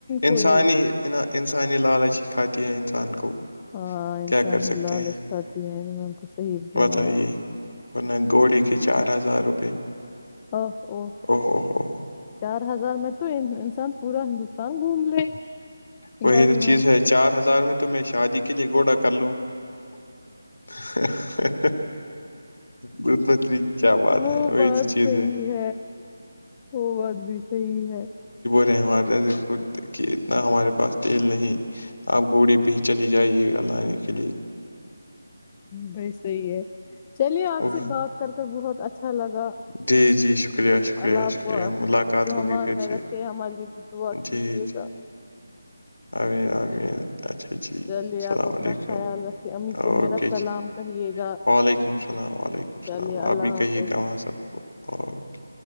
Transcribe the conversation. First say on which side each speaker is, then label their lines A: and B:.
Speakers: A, on the left; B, on the left.
A: انسانی
B: کو یہ
A: ان انسانی لالچ ہی کھاتی ہے انسان کو
B: ہاں انسان
A: کیا کر
B: ہی
A: سکتے
B: لالچ
A: ہیں
B: کھاتی ہے انسان کو صحیح بولے
A: بتائیے
B: آپ
A: ورنہ گھوڈی کے چار ہزار روپے
B: او او
A: ہو ہو ہو،
B: چار ہزار میں تو انسان پورا ہندوستان گھوم لے
A: وہی
B: گاڑی
A: تو
B: میں
A: چیز ہے چار ہزار میں تو میں شادی کے لیئے گھوڑا کر لوں ہ بدتری کیا بات
B: وہ
A: ہے وہی
B: بات
A: تو چیز
B: صحیح
A: ہے
B: وہ بات بھی صحیح ہے
A: رحم آتا ہے جس کو دیکھ کے اتنا ہمارے پاس تیل نہیں آپ گھوڑے پہ ہی چلی جائیے گا لانے کے لیے
B: بھائی صحیح ہے چلیے آپ
A: اوہ،
B: سے بات کر کر بہت اچھا لگا
A: جی جی شکریہ شکریہ
B: اللہ آپ
A: شکریہ
B: کو اپنے
A: ملاقات
B: گمان
A: ہوگی پھر
B: میں
A: سے
B: رکھے ہمارے لیے بھی دعا کیجیے
A: جی جی
B: گا
A: ا رے آرے اچھا جی السلام
B: چلیے آپ اپنا
A: علیکم
B: خیال رکھیے امی
A: اوکے
B: کو میرا سلام
A: جی
B: کہیے گا
A: وعلیکم السلام وعلیکم السلام
B: چلیے اللہ
A: آپ بھی
B: حافظ
A: کہیے گا وہاں سب پھوپھو